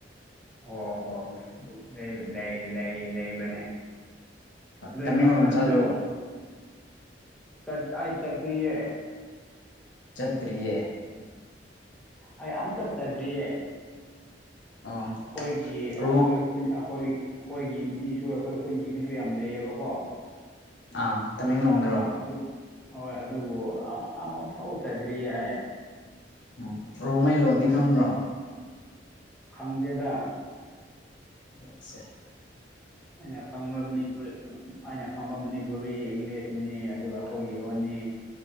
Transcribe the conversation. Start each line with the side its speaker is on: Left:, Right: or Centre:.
Centre: ꯍꯣ ꯍꯣꯏ ꯍꯣꯏ ꯂꯩ ꯂꯩ ꯂꯩꯕꯅꯦ ꯑꯗꯣ
Left: ꯇꯃꯦꯡꯂꯣꯡ
Centre: ꯏꯝꯐꯥꯜ ꯃꯅꯨꯡꯗ
Left: ꯆꯠꯂꯕꯣ
Centre: ꯆꯠ ꯑꯩ ꯆꯠꯇ꯭ꯔꯤꯌꯦ
Left: ꯆꯠꯇ꯭ꯔꯤꯌꯦ
Centre: ꯑꯩ ꯑꯝ ꯇꯠ ꯆꯗ꯭ꯔꯤꯌꯦ
Left: ꯑꯣ
Centre: ꯑꯩꯈꯣꯏꯒꯤ
Left: ꯔꯣꯡ
Centre: ꯑꯩꯈꯣꯏ ꯑꯩꯈꯣꯏ ꯑꯩꯈꯣꯏꯒꯤ ꯃꯤꯁꯨ ꯑꯩꯈꯣꯏ ꯈꯨꯟꯒꯤ ꯃꯤꯁꯨ ꯌꯥꯝ ꯂꯩꯩꯌꯦꯕꯀꯣ
Left: ꯑꯥ ꯇꯃꯦꯡꯂꯣꯡꯗꯔꯣ
Centre: ꯑꯗꯨ ꯍꯣꯏ ꯑꯗꯨꯕꯨ ꯑꯃꯐꯥꯎ ꯆꯗ꯭ꯔꯤꯌꯦ
Left: ꯎꯝ ꯔꯣꯡꯃꯩ ꯂꯣꯟꯗꯤ ꯈꯪꯕ꯭ꯔꯣ
Centre: ꯈꯪꯗꯦꯗ
Left: ꯑꯆꯥ
Centre: ꯑꯩꯅ ꯈꯪꯕ ꯃꯅꯤꯄꯨꯔꯤ ꯑꯩꯅ ꯈꯪꯕ ꯃꯅꯤꯄꯨꯔꯤ ꯏꯪꯂꯤꯁꯅꯤ ꯑꯗꯨꯒ ꯑꯩꯈꯣꯏꯒꯤ ꯂꯣꯟꯅꯤ